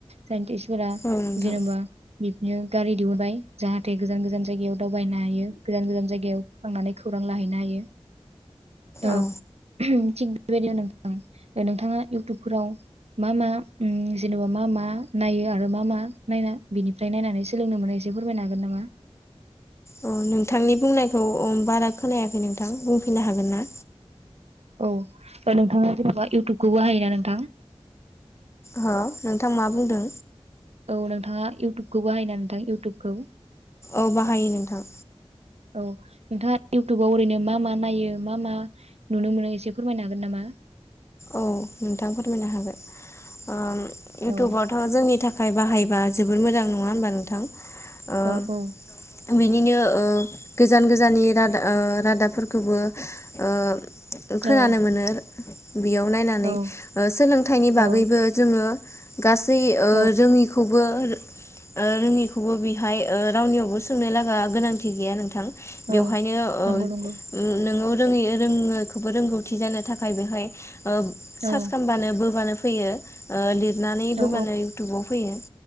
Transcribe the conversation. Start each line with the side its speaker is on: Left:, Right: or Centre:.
Right: साइन्टिस फोरा
Left: औ नोंथां
Right: जेनेबा बि नो गारि दिहुनबाय जाहाथे गोजान गोजान जायगायाव दावबायनो हायो। गोजान गोजान जायगायाव थांनानै खौरां लाहैनो हायो ओ
Left: औ
Right: थिग बेबायदिनो औ नोंथाङा इउटुबफोराव मा मा जेनेबा मा मा नायो आरो मा मा नायना बिनिफ्राय नायनानै सोलोंनो मोनो एसे फोरमायनो हागोन नामा?
Left: अ नोंथांनि बुंनायखौ ओ बारा खोनायाखै नोंथां बुंफैनो हागोन ना?
Right: औ नोंथाङा जेन'बा इउटुबखौ बाहायो ना नोंथां?
Left: हो नोंथां मा बुंदों?
Right: औ नोंथाङा इउटुबखौ बाहायना नोंथां इउटुबखौ?
Left: औ बाहायो नोंथां
Right: औ नोंथाङा इउटुबाव ओरैनो मा-मा नायो मा-मा नुनो मोनो एसे फोरमायनो हागोन नामा?
Left: औ नोंथां फोरमायनो हागोन ओं इउटुबावथ'
Right: औ
Left: जोंनि थाखाय बाहायबा जोबोर मोजां नङा होनबा नोंथां ओ
Right: औ औ
Left: बिनिनो ओ गोजान गोजाननि रादा ओ रादाबफोरखोबो ओ खोनानो
Right: औ
Left: मोनो बेयाव नायनानै
Right: औ
Left: ओ सोलोंथाइनि बागैबो
Right: औ
Left: जोंङो गासै ओ
Right: औ
Left: रोङिखौबो रो ओ रोङिखौबो बेहाय रावनियावबो सोंनो लागा गोनांथि गैया नोंथां बेवहायनो
Right: औ
Left: ओ
Right: नंगौ नंगौ
Left: ओम नोङो रोङै रोङैखोबो रोंगौथि जानो थाखाय बेहाय ओ सार्च
Right: औ
Left: खालामबानो बोबानो फैयो ओ लिर नानै
Right: औ
Left: बोबानो इउटुबाव फैयो